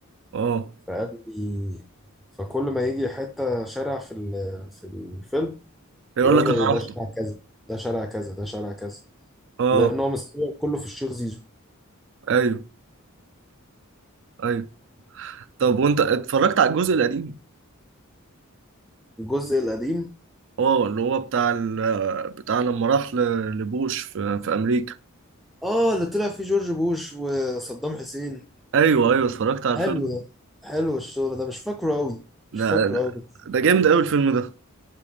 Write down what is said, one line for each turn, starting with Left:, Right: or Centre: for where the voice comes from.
Right: اه
Centre: فقال لي فكل ما يجي حتة شارع في ال- في الفيلم
Right: يقول
Centre: يقول
Right: لك
Centre: لي
Right: انا
Centre: ده
Right: رحت
Centre: شارع كذا ده شارع كذا ده شارع كذا
Right: اه
Centre: لان هو مستوى كله في الشيخ زيزو
Right: ايوه ايوه طب وانت اتفرجت على الجزء القديم
Centre: الجزء القديم
Right: اه اللي هو بتاع ال... بتاع لما راح ل- لبوش في... في امريكا
Centre: اه اللي طلع فيه جورج بوش وصدام حسين
Right: ايوه ايوه اتفرجت على الفيلم
Centre: حلو ده حلو الشغل ده مش فاكره قوي مش
Right: ده
Centre: فاكره
Right: ده
Centre: قوي بس
Right: ده جامد قوي الفيلم ده